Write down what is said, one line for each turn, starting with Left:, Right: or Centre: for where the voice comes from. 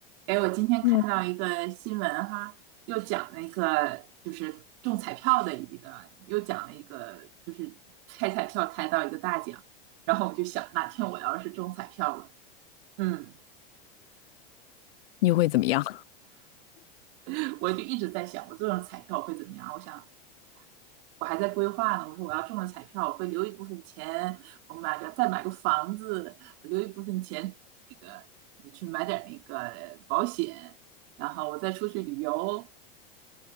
Right: 哎，我今天看到一个新闻哈，
Left: 嗯
Right: 又讲了一个就是中彩票的一个，又讲了一个就是开彩票开到一个大奖，然后我就想哪天我要是中彩票了，嗯，
Left: 你会怎么样？
Right: <laughs> 我就一直在想我中了彩票会怎么样？我想我还在规划呢，我说我要中了彩票，我会留一部分钱，我买个再买个房子，我留一部分钱那个去买点那个保险，然后我再出去旅游，